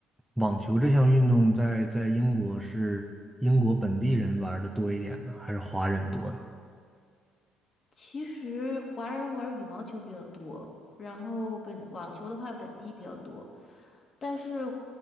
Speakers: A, in the centre; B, on the left.
A: 网球这项运动在在英国是英国本地人玩的多一点呢，还是华人多呢？
B: 其实华人玩羽毛球比较多，然后本网球的话本地比较多，但是